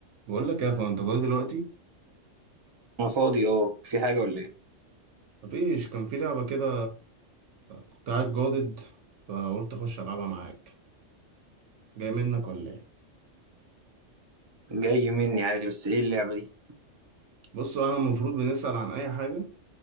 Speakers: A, on the right (about 75°); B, on the right (about 35°).
A: بقول لك يا اخوان انت فاضي دلوقتي
B: انا فاضي اه في حاجة ولا ايه
A: مفيش كان في لعبه كده كنت قاعد جادد فقلت اخش العبها معاك جاي منك ولا ايه
B: جاي مني عادي بس ايه اللعبة دي
A: بص انا المفروض بنسال عن اي حاجه